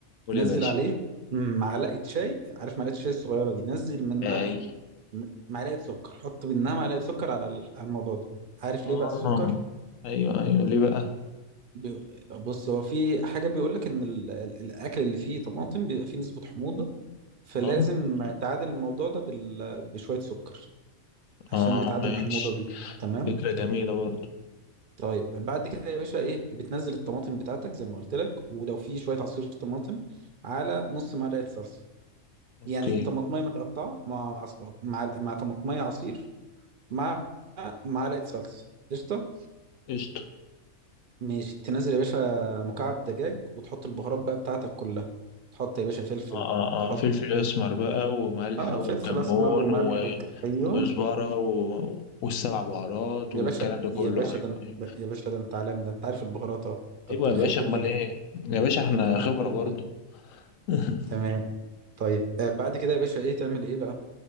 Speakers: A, on the left; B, on the right.
A: قول
B: نزل
A: يا باشا
B: عليه معلقه شاي عارف معلقه الشاي الصغيره دي نزل منها
A: اي
B: م- معلقه سكر حط منها معلقه سكر على ال- على الموضوع ده عارف
A: اه
B: ليه بقى السكر
A: ايوه ايوه ليه بقى
B: بي- بص هو في حاجه بيقول لك ان ال- ال- الاكل اللي فيه طماطم بيبقى فيه نسبه حموضه فلازم
A: اه
B: تعادل الموضوع ده بال- بشويه سكر عشان
A: اه
B: بتعادل
A: ماشي
B: الحموضه دي تمام
A: فكرة جميلة برضو
B: طيب بعد كده يا باشا ايه بتنزل الطماطم بتاعتك زي ما قلت لك ولو في شويه عصير طماطم على نص معلقه صلصه
A: اوكي
B: يعني طماطميه متقطعه مع عص... مع مع طماطميه عصير مع معلقه صلصه قشطه
A: قشطة
B: ماشي تنزل يا باشا مكعب دجاج وتحط البهارات بقى بتاعتك كلها تحط يا باشا فلفل
A: اه اه
B: تحط
A: اه فلفل اسمر بقى وملح
B: اه
A: وكمون
B: فلفل اسمر وملح
A: و-
B: وك... ايوه
A: وكزبرة و... والسبع بهارات
B: يا
A: والكلام
B: باشا
A: ده كله
B: يا باشا
A: ايوه
B: ده أنت-
A: ايوه
B: يا باشا ده انت عالمي ده انت عارف البهارات اه كتر
A: ايوه يا
B: خير
A: باشا امال
B: الدنيا
A: ايه يا باشا احنا
B: كتر
A: خبرة
B: خير
A: برضو
B: الدنيا
A: <laughs>
B: تمام طيب آه بعد كده يا باشا ايه تعمل ايه بقى